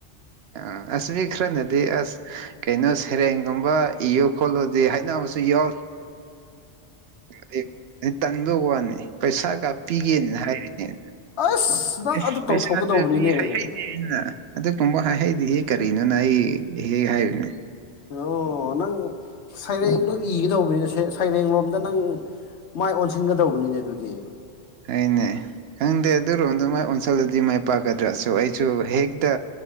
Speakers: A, on the right; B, on the left.
A: ꯑ ꯑꯁꯕꯤ ꯈꯔꯅꯗꯤ ꯑꯁ ꯀꯩꯅꯣ ꯁꯩꯔꯦꯡꯒꯨꯝꯕ ꯏꯌꯣ ꯈꯣꯠꯂꯣ ꯍꯥꯏꯅꯕꯁꯨ ꯌꯥꯎꯔꯤ ꯑꯩ ꯑꯩ ꯇꯟꯗꯧ ꯋꯥꯅꯤ ꯄꯩꯁꯥꯒ ꯄꯤꯒꯦꯅ ꯍꯥꯏꯔꯤꯅꯦ
B: ꯑꯁ ꯅꯪ
A: ꯏꯁ
B: ꯑꯗꯨ
A: ꯄꯩꯁꯥꯦ
B: ꯇꯧꯊꯣꯛꯀꯗꯧꯕꯅꯤꯅꯦ
A: ꯐꯤ ꯍꯥꯏꯩꯗꯦ ꯏꯅ ꯑꯗꯨ ꯇꯨꯝꯕ ꯍꯥꯏꯍꯩꯗꯤ ꯍ ꯀꯔꯤꯅꯣꯅ ꯑꯩ ꯍꯦꯛ ꯍꯥꯏꯔꯤꯅꯦ
B: ꯑꯣ ꯅꯪ ꯁꯩꯔꯦꯡꯗꯣ ꯏꯒꯗꯧꯕꯅꯤꯅ ꯁꯦ ꯁꯩꯔꯦꯡ ꯂꯣꯝꯗ ꯅꯪ ꯃꯥꯏ ꯑꯣꯟꯁꯤꯟꯒꯗꯧꯕꯅꯤꯅꯦ ꯑꯗꯨꯗꯤ
A: ꯍꯩꯅꯦ ꯈꯪꯗꯦ ꯑꯗꯨꯔꯣꯝꯗ ꯃꯥꯏ ꯑꯣꯟꯁꯜꯗꯗꯤ ꯃꯥꯏ ꯄꯥꯛꯀꯗ꯭ꯔꯥꯁꯨ ꯑꯩꯁꯨ ꯍꯦꯛꯇ